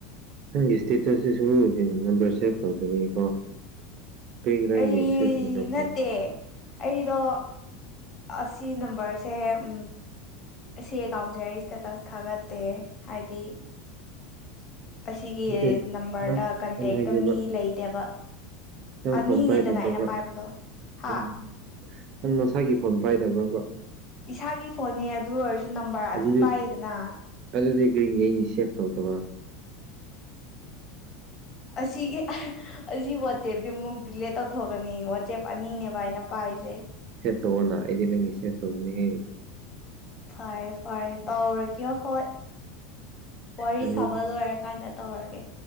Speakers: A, on the right; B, on the left.
A: ꯅꯪꯒꯤ ꯏꯁꯇꯦꯇꯁꯇꯤ ꯁꯨꯡꯉꯨ ꯎꯨꯗ‌ꯦ ꯅꯝꯕꯔ ꯁꯦꯄ ꯇꯧꯗꯔꯤꯀꯣ ꯀꯔꯤꯒꯤꯅꯣ ꯍꯥꯏꯁꯦ
B: ꯑꯩ
A: ꯁ‌ꯦꯞ ꯇꯧꯗꯕꯗꫭ
B: ꯅꯠꯇꯦ ꯑꯩꯗꯣ ꯑꯁꯤ ꯅꯝꯕꯔꯁꯦ ꯎꯝ ꯑꯁꯤ ꯑꯦꯀꯥꯎꯟꯁꯦ ꯑꯩ ꯏꯁꯇꯦꯇꯁ ꯊꯥꯒꯠꯇꯦ ꯍꯥꯏꯗꯤ ꯑꯁꯤꯒꯤ
A: ꯅꯠꯇꯦ
B: ꯅꯝꯕꯔꯗ
A: ꯅꯪ
B: ꯀꯟꯇꯦꯛꯇ
A: ꯑꯩꯅ ꯍꯥꯏꯒꯦꯕ
B: ꯃꯤ ꯂꯩꯇꯦꯕ
A: ꯅꯪ
B: ꯑꯅꯤꯅꯦꯗꯅ
A: ꯐꯣꯟ ꯄꯥꯏꯗꯕ꯭ꯔꯕ
B: ꯑꯩꯅ ꯄꯥꯏꯕꯗꯣ ꯍꯥ
A: ꯎꯝ ꯅꯪ ꯅꯁꯥꯒꯤ ꯐꯣꯟ ꯄꯥꯏꯗꯕ꯭ꯔꯕ
B: ꯏꯁꯥꯒꯤ ꯐꯣꯟꯅꯦ ꯑꯗꯨ ꯑꯣꯏꯔꯁꯨ ꯅꯝꯕꯔ ꯑꯅꯤ
A: ꯑꯗꯨꯗꯤ
B: ꯄꯥꯏꯌꯦꯗꯅ
A: ꯑꯗꯨꯗꯤ ꯀꯔꯤꯅꯤ ꯑꯩꯅꯤ ꯁꯦꯞ ꯇꯧꯗꯕ꯭ꯔꯥ
B: ꯑꯁꯤꯒꯤ ꯑꯁꯤꯒꯤ ꯋꯥꯆꯦꯞꯇꯤ ꯃꯨꯛ ꯗꯤꯂꯦ ꯇꯧꯊꯣꯛꯀꯅꯤ ꯏꯁꯇꯦꯞ ꯑꯅꯤꯅꯦꯕ ꯑꯩꯅ ꯄꯥꯔꯤꯁꯦ
A: ꯇꯧꯕꯑꯣꯅ ꯑꯩꯗꯤ ꯅꯪꯒꯤ ꯁꯦꯁ ꯇꯧꯕꯅꯤ ꯍꯥꯏꯌꯦ
B: ꯐꯔꯦ ꯐꯔꯦ ꯇꯥꯎꯔ ꯀꯌꯥ ꯍꯣꯏ ꯋꯥꯔꯤ
A: ꯌꯥꯝ
B: ꯁꯥꯕ ꯂꯣꯏꯔ ꯀꯥꯟꯗ ꯇꯧꯔꯒꯦ